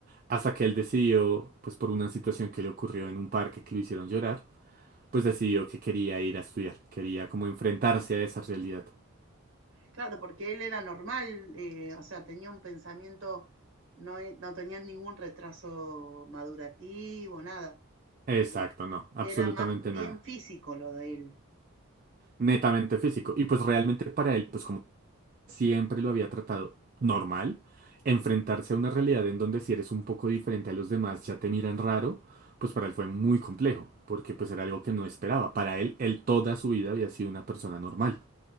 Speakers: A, on the right; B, on the right.
A: Hasta que él decidió, pues por una situación que le ocurrió en un parque que lo hicieron llorar, pues decidió que quería ir a estudiar, quería como enfrentarse a esa realidad.
B: Claro, porque él era normal, eh, o sea, tenía un pensamiento, no, e- no tenía ningún retraso madurativo, nada.
A: Exacto,
B: Lo,
A: no, absolutamente
B: era más bien
A: nada.
B: físico lo de él.
A: Netamente físico. Y pues realmente para él, pues como siempre lo había tratado normal, enfrentarse a una realidad en donde si eres un poco diferente a los demás ya te miran raro, pues para él fue muy complejo, porque pues era algo que no esperaba. Para él, él toda su vida había sido una persona normal.